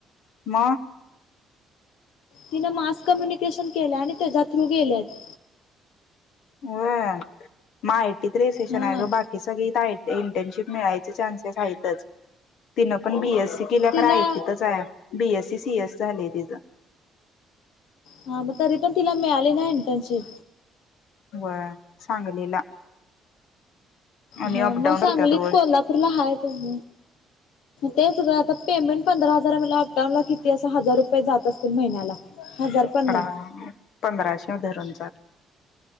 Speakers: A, on the left; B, on the left.
A: म.
B: तिन मास कम्युनिकेशन केल्या आणि त्याच्या थ्रू गेल्यात.
A: वय, माह तिथं रे सेशन
B: हा
A: आहेय ग बाकी सगळी इत आय टी इंटर्नशिप मिळायचे चान्सेस आहेतच, तिन पण बीएस केल्या
B: तिला
A: खर आयटीतच आहे. B S C C S झालय तिचं.
B: हा म तरी पण तिला मिळाली ना इंटर्नशिप.
A: होय सांगलीला. आणि
B: हा
A: अपडाऊन
B: मग सांगलीत
A: करत्यात रोज
B: कोल्हापूरला हाय तेज, तेच ग तर पेमेंट पंधरा हजारा मला अपडाऊन ला किती असं हजार रुपये जात असतील महिन्याला. हजार पण
A: हाड
B: नाही
A: हा पंराशे धरून च <unintelligible>